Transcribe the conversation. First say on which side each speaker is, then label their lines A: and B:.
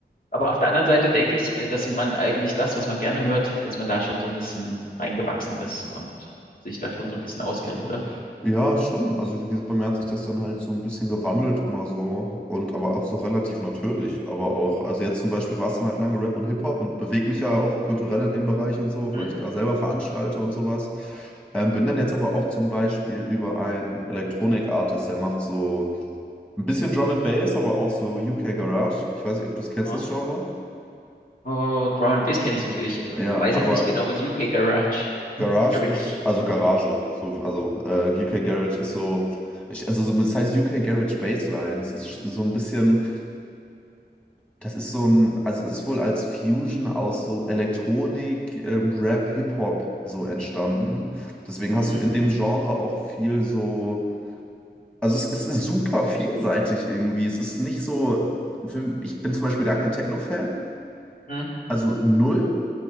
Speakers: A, on the left (about 55°); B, in the centre.
A: aber auf der anderen Seite denke ich, äh, dass man eigentlich das, was man gerne hört, dass man da schon so ein bisschen reingewachsen ist und sich da schon so ein bisschen auskennt, oder?
B: Ja, schon. Also, wie gesagt, bei mir hat sich das dann halt so ein bisschen gewandelt immer so. Und aber auch so relativ natürlich. Aber auch, also jetzt zum Beispiel war es dann halt lange Rap und Hip-Hop und bewege mich ja auch kulturell in dem Bereich und so,
A: Mhm.
B: weil ich da selber veranstalte und sowas. Ähm, bin dann jetzt aber auch zum Beispiel über einen Elektronik-Artist, der macht so. Ein bisschen Drum and Bass, aber auch so UK Garage. Ich weiß nicht, ob du es kennst,
A: Ja.
B: das Genre.
A: Oh, Drum and Bass kenne ich natürlich. Äh,
B: Ja,
A: Weiß
B: aber
A: jetzt nicht genau, was UK Garage,
B: Garage
A: Garage.
B: ist, also Garage, so, also äh, UK Garage ist so, ich, also so- das heißt UK Garage Bassline. Das ist sch- so ein bisschen, das ist so ein, also es ist wohl als Fusion aus so Elektronik, ähm, Rap, Hip-Hop so entstanden. Deswegen
A: Mhm.
B: hast du in dem Genre auch viel so, also es, es ist super vielseitig irgendwie. Es ist nicht so, für, ich bin zum Beispiel gar kein Techno-Fan,
A: Mhm.
B: also null.